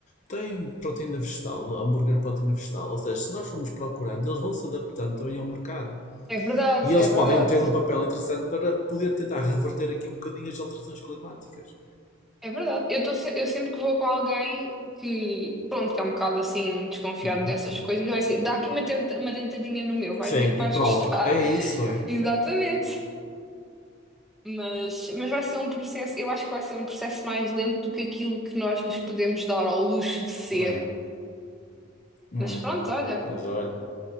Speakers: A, on the left; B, in the centre.
A: Tem proteína vegetal, hambúrguer proteína vegetal. Ou seja, se nós formos procurando, eles vão se adaptando também ao mercado.
B: É verdade,
A: E eles
B: é
A: podem
B: verdade,
A: ter um papel interessante para poder tentar reverter aqui um bocadinho as alterações climáticas.
B: é verdade. Eu, tô, se- eu sempre que vou com alguém que, pronto, que é um bocado assim desconfiado
A: Uhum.
B: dessas coisas, eu é assim, dá aqui uma, tenta, uma dentadinha no meu, vais
A: Sim,
B: ver que vais
A: e prova.
B: gostar.
A: É
B: <laughs>
A: isso, é.
B: Exatamente. Mas, mas vai ser um processo, eu acho que vai ser um processo mais lento do que aquilo que nós nos podemos dar ao luxo de ser.
A: É, é.
B: Mas pronto, olha,
A: Mas olha.